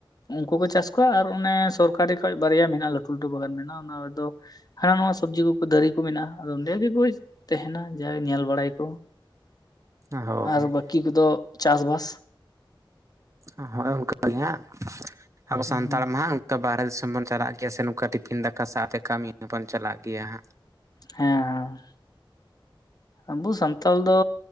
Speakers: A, on the left; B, on the right.
A: ᱩᱱᱠᱩ ᱠᱚ ᱪᱟᱥ ᱠᱚᱣᱟ, ᱟᱨ ᱚᱱᱮ ᱥᱚᱨᱠᱟᱨᱤ ᱠᱷᱚᱡ ᱵᱟᱨᱭᱟ ᱢᱮᱱᱟᱜᱼᱟ ᱞᱟᱹᱴᱩᱼᱞᱟᱹᱴᱩ ᱵᱟᱜᱟᱱ ᱢᱮᱱᱟᱜᱼᱟ ᱚᱱᱟ ᱨᱮᱫᱚ ᱦᱟ ᱱᱟᱣᱟ ᱥᱚᱵᱽᱡᱤ ᱠᱩᱠᱩ ᱫᱟᱨᱮ ᱠᱩ ᱢᱮᱱᱟᱜᱼᱟ ᱟᱫᱚ ᱚᱸᱱᱰᱮ ᱜᱮᱠᱚ ᱤᱥ ᱛᱮᱦᱮᱱᱟ ᱡᱟ ᱧᱮᱞ ᱵᱟᱲᱟᱭᱟ ᱠᱩ
B: ᱦᱳᱭ
A: ᱟᱨ ᱵᱟᱹᱠᱤ ᱠᱚᱫᱚ ᱪᱟᱥᱼᱵᱟᱥ᱾
B: ᱦᱟᱸ ᱦᱳᱭ ᱚᱱᱠᱟ ᱜᱮ ᱦᱟᱸᱜ ᱟᱵᱚ
A: ᱦᱮᱸ
B: ᱥᱟᱱᱛᱟᱲ ᱢᱟ ᱦᱟᱜ ᱠᱟ ᱵᱟᱦᱚᱨᱮ ᱫᱤᱥᱚᱢ ᱵᱚᱱ ᱪᱟᱞᱟᱜ ᱜᱮᱭᱟ ᱥᱮ ᱱᱚᱝᱠᱟ ᱴᱤᱯᱷᱤᱱ ᱫᱟᱠᱟ ᱥᱟᱣᱛᱮ ᱠᱟᱹᱢᱤ ᱦᱚᱸ ᱵᱚᱱ ᱪᱟᱞᱟᱜ ᱜᱮᱭᱟ ᱦᱟᱸᱜ᱾
A: ᱦᱮᱸ ᱦᱮᱸ ᱟᱵᱚ ᱥᱟᱱᱛᱟᱞ ᱫᱚ